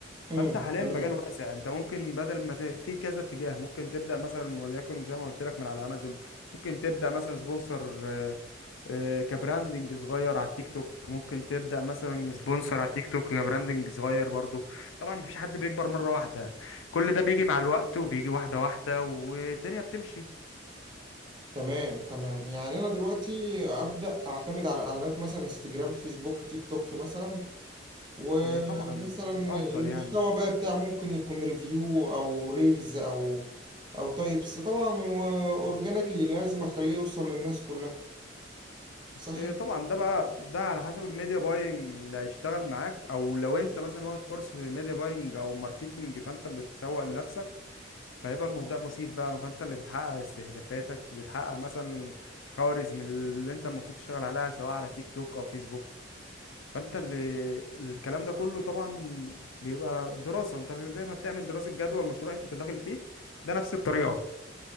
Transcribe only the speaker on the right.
امم
تمام
تمام تمام يعني انا دلوقتي ابدا اعتمد على اعلانات مثلا انستجرام فيسبوك تيك توك مثلا ومثلا
المحتوى
بقى بتاع ممكن يكون ريفيو او ريلز او او تايبس طبعا واورجانيكلي لازم اخليه يوصل للناس كلها صح